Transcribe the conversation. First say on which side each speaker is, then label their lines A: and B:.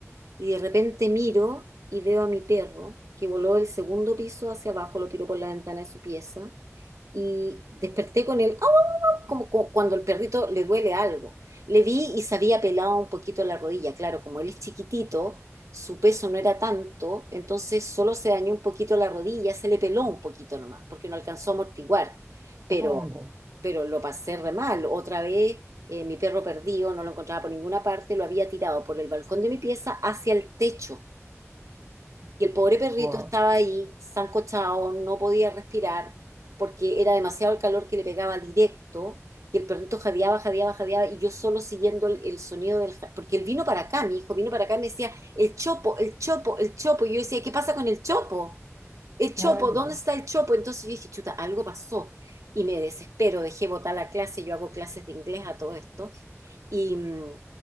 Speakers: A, on the right; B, on the right.
A: Y de repente miro y veo a mi perro que voló del segundo piso hacia abajo, lo tiró por la ventana de su pieza. Y desperté con él. ¡Oh! como cu- cuando el perrito le duele algo. Le vi y se había pelado un poquito la rodilla. Claro, como él es chiquitito, su peso no era tanto, entonces solo se dañó un poquito la rodilla, se le peló un poquito nomás, porque no alcanzó a amortiguar. Pero,
B: ah, bueno.
A: pero lo pasé re mal. Otra vez, eh, mi perro perdido, no lo encontraba por ninguna parte, lo había tirado por el balcón de mi pieza hacia el techo. Y el pobre perrito
B: Wow,
A: estaba ahí, sancochado, no podía respirar porque era demasiado el calor que le pegaba directo. Y el perrito jadeaba, jadeaba, jadeaba. Y yo solo siguiendo el, el sonido del. ja- Porque él vino para acá, mi hijo vino para acá y me decía: el chopo, el chopo, el chopo. Y yo decía: ¿Qué pasa con el chopo? El chopo,
B: ya, ya,
A: ¿dónde está el chopo? Entonces yo dije: chuta, algo pasó. Y me desespero, dejé botar la clase. Yo hago clases de inglés a todo esto. Y, mm,